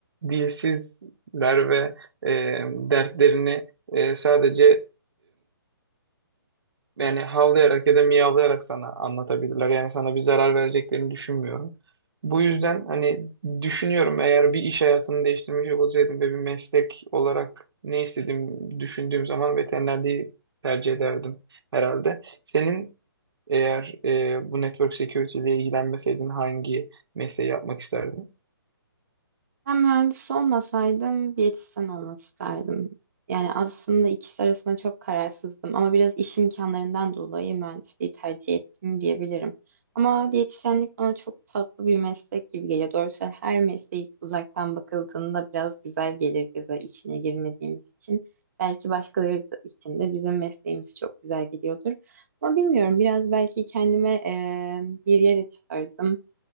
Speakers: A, on the right; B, on the right.
A: dilsizler ve e, dertlerini e, sadece yani havlayarak ya da miyavlayarak sana anlatabilirler. Yani sana bir zarar vereceklerini düşünmüyorum. Bu yüzden hani düşünüyorum eğer bir iş hayatını değiştirmeyecek olsaydım ve bir meslek olarak ne istediğimi düşündüğüm zaman veterinerliği tercih ederdim herhalde. Senin eğer e, bu network security ile ilgilenmeseydin hangi mesleği yapmak isterdin?
B: Ben mühendis olmasaydım diyetisyen olmak isterdim. Yani aslında ikisi arasında çok kararsızdım ama biraz iş imkanlarından dolayı mühendisliği tercih ettim diyebilirim. Ama diyetisyenlik bana çok tatlı bir meslek gibi geliyor. Doğrusu her mesleği uzaktan bakıldığında biraz güzel gelir göze içine girmediğimiz için. Belki başkaları da- için de bizim mesleğimiz çok güzel geliyordur. Ama bilmiyorum biraz belki kendime eee, bir yere çağırdım.